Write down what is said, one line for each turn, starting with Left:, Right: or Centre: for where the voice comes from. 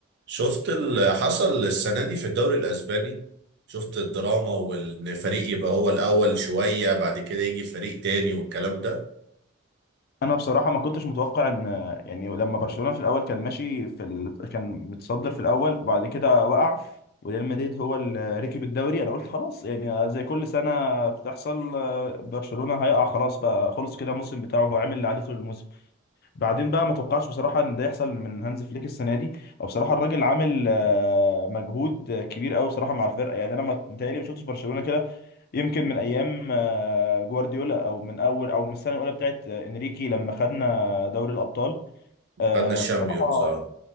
Right: شفت اللي حصل السنة دي في الدوري الأسباني شفت الدراما وإن فريق يبقى هو الأول شوية بعد كده يجي فريق تاني والكلام ده
Left: انا بصراحه ما كنتش متوقع ان يعني لما برشلونه في الاول كان ماشي في ال... كان متصدر في الاول بعد كده وقع وريال مدريد هو اللي ركب الدوري انا قلت خلاص يعني زي كل سنه بتحصل آه، برشلونه هيقع خلاص بقى خلص كده الموسم بتاعه هو عامل اللي عليه طول الموسم بعدين بقى ما توقعش بصراحه ان ده يحصل من هانز فليك السنه دي او بصراحه الراجل عامل آه، مجهود كبير قوي بصراحه مع الفرقه يعني انا ما متهيألي ما شفتش برشلونه كده يمكن من ايام آه، جوارديولا او من اول او من السنه الاولى بتاعت آه، انريكي لما خدنا دوري الابطال آه،
Right: خدنا الشامبيونز
Left: بصراحه
Right: اه